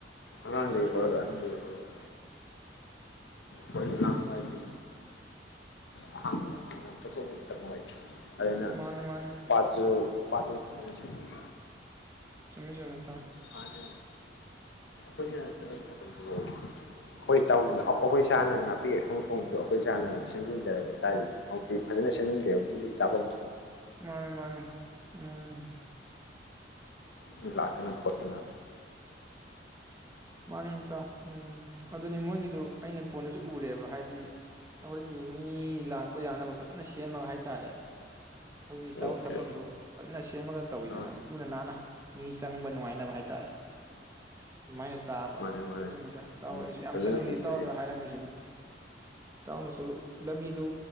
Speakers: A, on the left; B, on the right.
A: ꯑꯉꯥꯡ
B: ꯃꯥꯅꯤ
A: ꯗꯩꯏ ꯍꯧꯔꯒ
B: ꯃꯥꯅꯤ
A: ꯑꯍꯟꯗꯥꯏ ꯑꯣꯢꯔꯣ ꯀꯣꯏꯕ ꯂꯥꯡꯕꯗꯤ ꯑꯍꯥꯡꯕ ꯅꯠꯇꯔ꯭ꯗꯤ ꯅꯨꯉꯥꯏꯇꯦ ꯑꯗꯨꯅ
B: ꯃꯥꯅꯤ ꯃꯥꯅꯤ
A: ꯄꯠꯁꯨ ꯄꯠ ꯑꯗꯨꯅ ꯑꯁꯦꯕꯅꯦ
B: ꯆꯨꯨꯃꯤ ꯆꯨꯨꯃꯤ ꯏꯇꯎ
A: ꯃꯅꯦ ꯑꯩꯈꯣꯏꯅ ꯑꯣ ꯑꯩꯈꯣꯏꯅ ꯆꯕꯥꯝꯗꯣ ꯑꯩꯈꯣꯏ ꯏꯁꯅ ꯅꯄꯤ ꯑꯁꯪꯕ ꯊꯣꯡꯕꯗꯣ ꯑꯩꯈꯣꯏ ꯏꯁꯥꯅ ꯁꯦꯝꯖꯤꯜꯖꯔꯒ ꯆꯔꯤꯗꯨꯗꯤ ꯍꯧꯖꯤꯇꯤ ꯐꯖꯅꯒꯔꯦ ꯑꯗꯨꯒꯤ ꯆꯕꯥꯝ
B: ꯃꯅꯦ ꯃꯅꯦ ꯑꯝ
A: ꯅꯣꯏ ꯂꯛꯇꯅ ꯀꯣꯠꯇꯅ
B: ꯃꯅꯦ ꯏꯇꯎ ꯑꯝ ꯑꯗꯨ ꯃꯣꯏꯒꯤꯗꯣ ꯑꯩ ꯅ ꯐꯣꯟꯗꯁꯨ ꯎꯔꯦꯕ ꯍꯥꯏꯗꯤ ꯑꯩꯈꯣꯏ ꯃꯤ ꯂꯛꯄ ꯌꯅꯕ ꯐꯖꯟꯅ ꯁꯦꯝꯃꯒ ꯍꯥꯏꯇꯔꯦ ꯑꯩꯈꯣꯏꯒꯤ ꯆꯕꯥꯃ
A: ꯑꯣꯀꯦ
B: ꯊꯛꯐꯝꯗꯣ ꯐꯖꯟꯅ ꯁꯦꯝꯃꯒ ꯇꯥꯎꯏꯗꯅ
A: ꯑꯥ
B: ꯂꯨꯅ ꯅꯟꯅ ꯃꯤ ꯆꯡꯕ ꯅꯨꯉꯥꯏꯅꯕ ꯍꯥꯏ ꯇꯥꯔꯦ ꯑꯗꯨꯃꯥꯏꯅ ꯇꯕ
A: ꯃꯥꯅꯦ
B: ꯑꯗꯨꯒꯤꯅꯤꯗ
A: ꯃꯥꯅꯦ
B: ꯏꯇꯎ
A: ꯎꯝ
B: ꯑꯩꯁꯨ ꯌꯥꯝ
A: ꯐꯖꯅ
B: ꯆꯠꯅꯤꯡꯕ
A: ꯎꯈ꯭ꯔꯦ
B: ꯏꯇꯎ
A: ꯑꯩꯁꯨ
B: ꯍꯥꯏꯔꯝꯃꯤꯅꯤ ꯏꯇꯎ ꯅꯁꯨ ꯂꯝꯕꯤꯗꯨ